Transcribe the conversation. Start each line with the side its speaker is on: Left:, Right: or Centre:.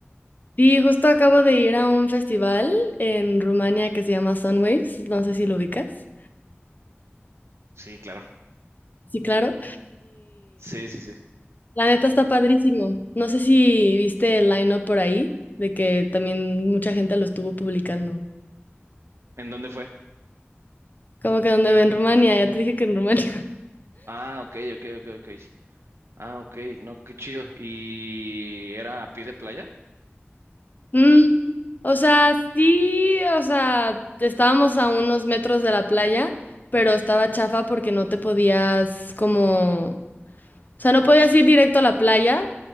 Left: Sí, justo acabo de ir a un festival en Rumania que se llama Sunwaves, no sé si lo ubicas.
Right: Sí, claro.
Left: Sí, claro.
Right: Sí, sí, sí.
Left: La neta está padrísimo. No sé si viste el line-up por ahí, de que también mucha gente lo estuvo publicando.
Right: ¿En dónde fue?
Left: Como que donde ve en Rumania, ya te dije que en Rumania. <laughs>
Right: Ah, ok, ok, ok, ok. Ah, ok, no, qué chido. ¿Y era a pie de playa?
Left: Mm, o sea, sí, o sea, estábamos a unos metros de la playa, pero estaba chafa porque no te podías como, o sea, no podías ir directo a la playa.